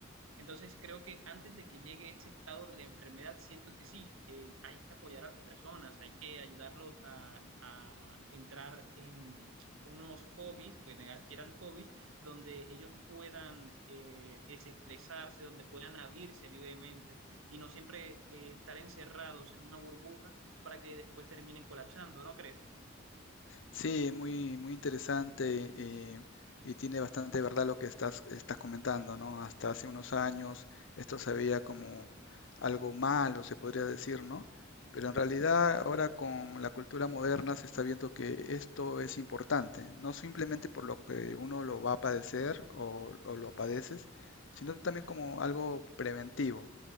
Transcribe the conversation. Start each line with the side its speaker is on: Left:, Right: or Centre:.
Right: Entonces creo que antes de que llegue ese estado de la enfermedad, siento que sí, eh, hay que apoyar a las personas, hay que ayudarlos a, a entrar en unos hobbies, que adquieran hobbies donde ellos puedan eh, desestresarse, donde puedan abrirse libremente y no siempre eh, estar encerrados en una burbuja para que después terminen colapsando, ¿no crees?
Left: Sí, muy, muy interesante eh, y tiene bastante verdad lo que estás, estás comentando, ¿no? Hasta hace unos años esto se veía como algo malo, se podría decir, ¿no? Pero en realidad ahora con la cultura moderna se está viendo que esto es importante, no simplemente por lo que uno lo va a padecer o, o lo padeces, sino también como algo preventivo.